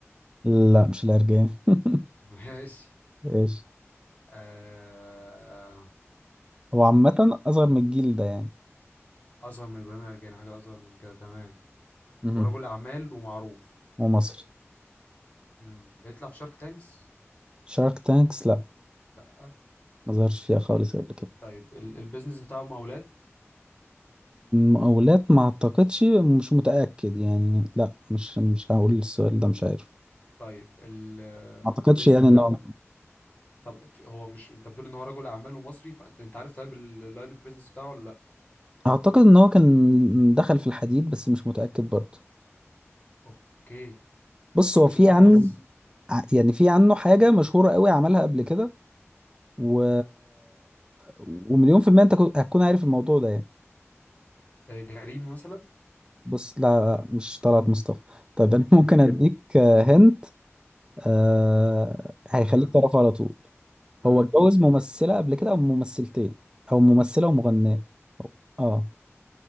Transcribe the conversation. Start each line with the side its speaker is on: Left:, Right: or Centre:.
Right: لا مش العرجاني <laughs>
Left: <laughs> ماشي
Right: ماشي
Left: آه...
Right: هو عامة أصغر من الجيل ده يعني
Left: اصغر من ابراهيم العرجاني حاجه اصغر من كده تمام
Right: مهم.
Left: ورجل اعمال ومعروف
Right: ومصري
Left: مم. بيطلع في شارك تانكس
Right: شارك تانكس لا
Left: لا
Right: ما ظهرش فيها خالص قبل كده
Left: طيب ال... البيزنس بتاعه مقاولات
Right: مقاولات ما اعتقدش مش متأكد يعني لا مش مش هقول السؤال ده مش عارف
Left: طيب ال-
Right: ما اعتقدش
Left: البيزنس
Right: يعني ان
Left: بتاع
Right: هو
Left: طب في- هو مش انت بتقول ان هو رجل اعمال ومصري فانت انت عارف طيب اللاين اوف بيزنس بتاعه ولا لا
Right: اعتقد ان هو كان دخل في الحديد بس مش متأكد برضه
Left: اوكي
Right: بص
Left: اكيد
Right: هو
Left: مش
Right: في
Left: احمد
Right: عنه
Left: عز
Right: ع- يعني في عنه حاجة مشهورة قوي عملها قبل كده و... ومليون في المية انت كو- هتكون عارف الموضوع ده يعني
Left: آه، جريمه مثلا
Right: بص لا مش طلعت مصطفى طيب انا
Left: اوكي
Right: <laughs> ممكن اديك هنت آه... hint، آه، هيخليك
Left: اه
Right: تعرفه على طول
Left: اه
Right: هو اتجوز ممثلة قبل كده أو ممثلتين أو ممثلة ومغنية أو- اه